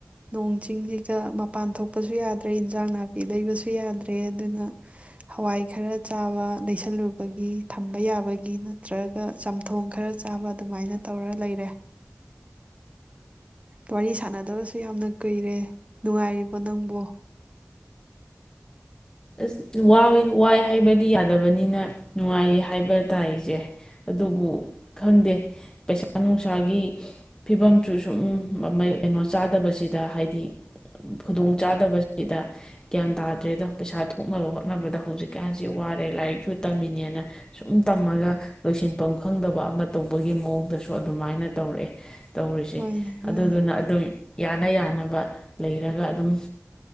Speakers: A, on the right; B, on the left.
A: ꯅꯣꯡ ꯆꯤꯡꯁꯤꯒ ꯃꯄꯥꯟ ꯊꯣꯛꯄꯁꯨ ꯌꯥꯗ꯭ꯔꯦ ꯏꯟꯖꯥꯡ ꯅꯥꯄꯤ ꯂꯩꯕꯁꯨ ꯌꯥꯗ꯭ꯔꯦ ꯑꯗꯨꯅ ꯍꯋꯥꯏ ꯈꯔ ꯆꯥꯕ ꯂꯩꯁꯜꯂꯨꯕꯒꯤ ꯊꯝꯕ ꯌꯥꯕꯒꯤ ꯅꯠꯇ꯭ꯔꯒ ꯆꯝꯊꯣꯡ ꯈꯔ ꯆꯥꯕ ꯑꯗꯨꯃꯥꯏꯅ ꯇꯧꯔ ꯂꯩꯔꯦ ꯋꯥꯔꯤ ꯁꯥꯟꯅꯗꯕꯁꯨ ꯌꯥꯝꯅ ꯀꯨꯏꯔꯦ ꯅꯨꯡꯉꯥꯏꯔꯤꯕꯣ ꯅꯪꯕꯨꯣ
B: ꯑꯁ ꯋꯥꯏꯦ ꯋꯥꯏ ꯍꯥꯏꯕꯗꯤ ꯌꯥꯗꯕꯅꯤꯅ ꯅꯨꯡꯉꯥꯏꯌꯦ ꯍꯥꯏꯕ ꯇꯥꯥꯏꯁꯦ ꯑꯗꯨꯕꯨ ꯈꯪꯗꯦ ꯄꯩꯁꯥ ꯅꯨꯡꯁꯥꯒꯤ ꯐꯤꯕꯝꯁꯨ ꯁꯨꯝ ꯀꯩꯅꯣ ꯆꯥꯗꯕꯁꯤꯗ ꯍꯥꯏꯗꯤ ꯈꯨꯗꯣꯡ ꯆꯥꯗꯕꯁꯤꯗ ꯒ꯭ꯌꯥꯟ ꯇꯥꯗ꯭ꯔꯦꯗꯣ ꯄꯩꯁꯥ ꯊꯣꯛꯅꯕ ꯍꯣꯠꯅꯕꯗ ꯍꯧꯖꯤꯛꯀꯥꯟꯁꯤ ꯋꯥꯔꯦ ꯂꯥꯏꯔꯤꯛꯁꯨ ꯇꯝꯃꯤꯅꯦꯅ ꯁꯨꯝ ꯇꯝꯃꯒ ꯂꯣꯏꯁꯤꯟꯐꯝ ꯈꯪꯗꯕ ꯑꯃ ꯇꯧꯕꯒꯤ ꯃꯑꯣꯡꯗꯁꯨ ꯑꯗꯨꯃꯥꯏꯅ ꯇꯧꯔꯛꯑꯦ ꯇꯧꯔꯤꯁꯦ
A: ꯍꯣꯏꯅꯦ ꯍꯣꯏꯅꯦ
B: ꯑꯗꯨꯗꯨꯅ ꯑꯗꯨꯝ ꯌꯥꯅ ꯌꯥꯅꯕ ꯂꯩꯔꯒ ꯑꯗꯨꯝ